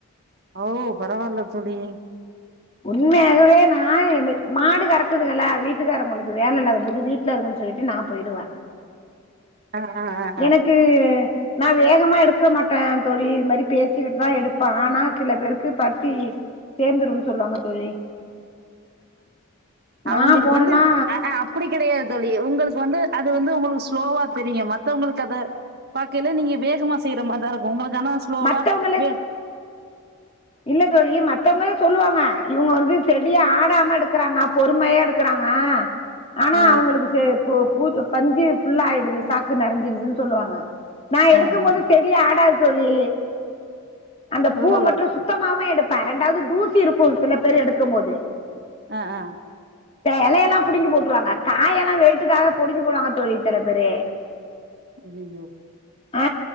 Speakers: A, on the right; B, on the left.
A: அவ் பரவால்ல தோழி
B: உண்மையாகவே நா இன்னக் மாடு கறக்குதுகல்ல வீட்டுக்கார அவுங்களுக்கு வேல இல்லாத போது வீட்ல இருக்கன்னு சொல்லிட்டு நா போய்டுவ
A: ஆ ஆ ஆ ஆ
B: எனக்கு நா வேகமா எடுக்க மாட்ட தோழி இது மாரி பேசிக்கிட்டு தா எடுப்ப ஆனா சில பேருக்கு பத்தி சேந்துரும்னு சொல்லுவாங்க தோழி
A: அவுங்களுக்கு
B: நா போனேன்னா
A: வந்து அப்டி கெடையாது தோழி உங்ளுக்கு வந்து அது வந்து உங்ளுக்கு ஸ்லோவா தெரியும் மத்தவங்களுக் அத பாக்கில நீங்க வேகமா செய்ற மார்தா இருக்கும் உங்ளுக் ரமா ஸ்லோவா
B: மத்தவங்கள
A: வேர்
B: இல்ல தோழி மத்தவங்களே சொல்லுவாங்க இவுங்க வந்து செடியா ஆடாம எடுக்கறாங்க பொறுமையா எடுக்கறாங்க ஆனா
A: ஆ
B: அவுங்களுக்கு செ பூ பூச்சி பஞ்சு ஃபுல்லா ஆயிடுது சாக்கு நெறஞ்சுருதுன் சொல்லுவாங்க நா எடுக்கும்
A: ஆ ஆ
B: போது செடி ஆடாது தோழி அந்த பூவ
A: ஓஹோ
B: மட் ற்று சுத்தமாவே எடப் ரெண்டாவது தூசி இருக்கு சில பேரு எடுக்கும் போது
A: ஆ ஆ
B: ந்த எலையெல்லா புடுங்கி போட்ருவாங்க காய் எல்லா வெயிட்டுக்காக புடுங்கி போடுவாங்க தோழி சில பேரு
A: ஐயையோ
B: ஆ